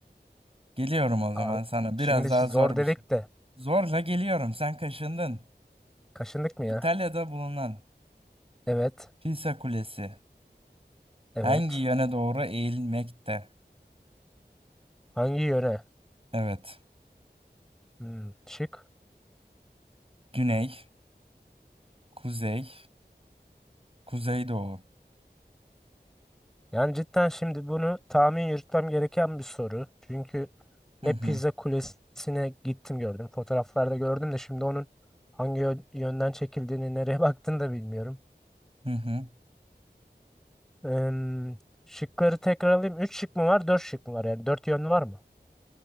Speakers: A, on the right (about 35°); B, in the centre.
A: Geliyorum o zaman
B: Abi.
A: sana.
B: Şimdi
A: Biraz daha
B: zor
A: zor
B: dedik
A: bir şey.
B: de.
A: Zorla geliyorum. Sen kaşındın.
B: Kaşındık mı
A: İtalya'da
B: ya?
A: bulunan
B: Evet.
A: Pisa Kulesi
B: Evet.
A: hangi yöne doğru eğilmekte?
B: Hangi yöne?
A: Evet.
B: Hmm, şık.
A: Güney. Kuzey. Kuzeydoğu.
B: Yani cidden şimdi bunu tahmin yürütmem gereken bir soru. Çünkü ne
A: Hı hı.
B: Pizza Kulesi'ne gittim gördüm. Fotoğraflarda gördüm de şimdi onun hangi yö- yönden çekildiğini, nereye <laughs> baktığını da bilmiyorum.
A: Hı hı.
B: Em, şıkları tekrar alayım. 3 şık mı var, Dört şık mı var? Yani 4 yön var mı?